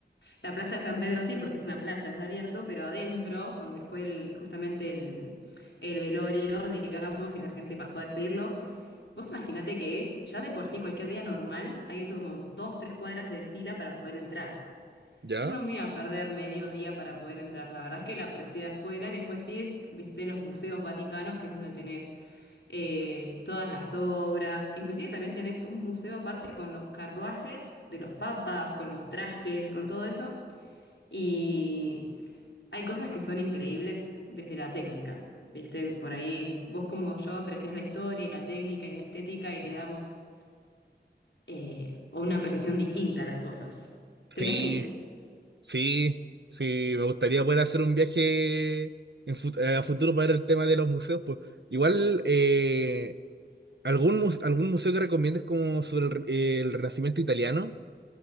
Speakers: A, on the left; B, on the right.
A: la plaza de San Pedro, sí, porque es una plaza, es abierto, pero adentro, donde fue el- justamente el, el velorio, digamos, y la gente pasó a despedirlo. Vos imaginate que ya de por sí, cualquier día normal, hay como dos, tres cuadras de fila para poder entrar.
B: ¿Ya?
A: Yo no me iba a perder medio día para poder entrar. La verdad es que la aprecié de afuera y después sí visité los museos vaticanos, que es donde tenés eh, todas las obras. Inclusive también tenés un museo aparte con los carruajes de los papas, con los trajes, con todo eso. Y hay cosas que son increíbles desde la técnica. Viste, por ahí vos como yo apreciás la historia y la técnica y la estética y le damos eh, una apreciación distinta a las cosas. Tenés
B: Sí,
A: que ir.
B: sí, sí. Me gustaría poder hacer un viaje en fut- eh, a futuro para ver el tema de los museos. Pues. Igual, eh, algún, mus- algún museo que recomiendes como sobre el, re- el Renacimiento italiano,